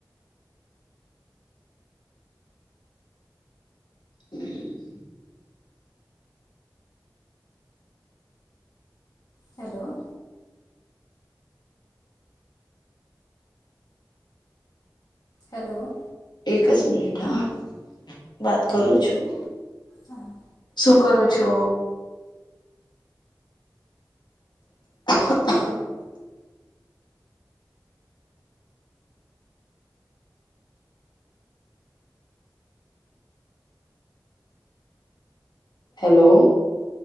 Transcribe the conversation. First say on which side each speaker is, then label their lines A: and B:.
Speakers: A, on the left; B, on the left.
A: હમ
B: હલો હેલો
A: એક જ મિનિટ હા. વાત કરું છું.
B: હા
A: શું કરો છો? <inaudible> હેલો